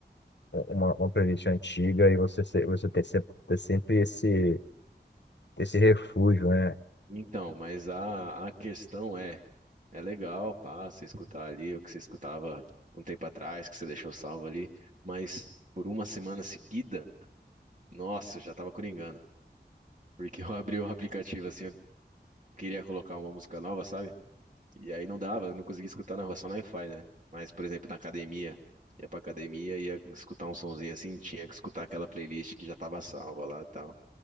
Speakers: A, on the left; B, on the right.
A: uma, uma playlist antiga e você, se- você ter, sempre ter sempre esse, esse refúgio, né?
B: Então, mas a, a questão é, é legal, pá, você escutar ali o que você escutava um tempo atrás, que você deixou salvo ali, mas por uma semana seguida, nossa, eu já tava coringando, porque eu <laughs> abri o aplicativo assim, eu queria colocar uma música nova, sabe? E aí não dava, eu não conseguia escutar na rua, só no Wi-Fi, né? Mas, por exemplo, na academia, ia pra academia, ia escutar um sonzinho assim, tinha que escutar aquela playlist que já tava salva lá e tal.